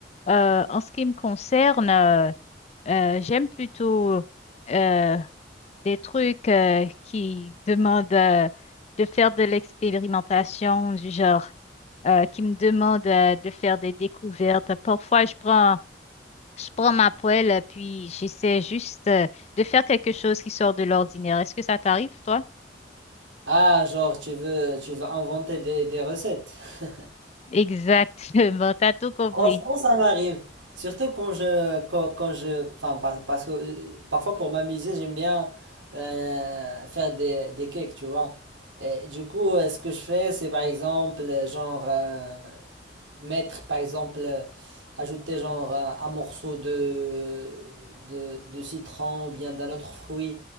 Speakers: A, on the left; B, on the right.
A: euh, en ce qui me concerne, euh, euh, j'aime plutôt euh, des trucs euh, qui demandent euh, de faire de l'expérimentation du genre, euh, qui me demandent euh, de faire des découvertes. Parfois, je prends, je prends ma poêle, euh, puis j'essaie juste euh, de faire quelque chose qui sort de l'ordinaire. Est-ce que ça t'arrive, toi?
B: Ah, genre, tu veux, tu veux inventer des, des recettes. <laughs>
A: Exactement, <laughs> t'as tout compris.
B: Franchement, ça m'arrive. Surtout quand je, quand, quand je, enfin, par- parce que euh, parfois pour m'amuser, j'aime bien euh, faire des, des cakes, tu vois. Et du coup, euh, ce que je fais, c'est par exemple, euh, genre, euh, mettre par exemple euh, ajouter genre un un morceau de, de, de citron ou bien d'un autre fruit